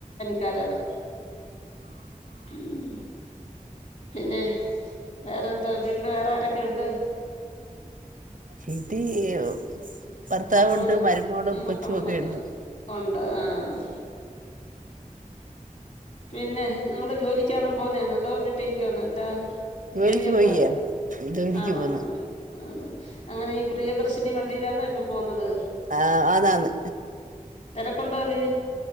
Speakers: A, on the left (about 60°); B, on the right (about 70°).
A: കാരാണ് <unintelligible> പിന്നെ വേറെന്താ വീട്ടില് വേറെ ആരൊക്കെയുണ്ട്
B: വീട്ടിൽ ഭർത്താവുണ്ട്
A: മക്കളും
B: മരുമോളു കൊച്ചുമൊക്കെയിണ്ട്.
A: മക്കളും മക്ക ഉണ്ട് ആഹ് പിന്നെ നിങ്ങള് ജോലിക്കാണോ പോവുന്നേന്ന് അതോ വീട്ടിനിക്കാണോ എന്താ
B: ജോലിക്ക്
A: ജോലിയുണ്ടോ
B: പോയിയാ ജോലിക്ക്
A: ആണോ
B: പോന്ന്
A: ആ ആ അങ്ങനെയിപ്പം പ്രിയദർശിനി വണ്ടിയിലാണോ ഇപ്പൊ പോവുന്നത്.
B: ആ ആന് ആന്ന്
A: തിരക്കുണ്ടോ അതിൽ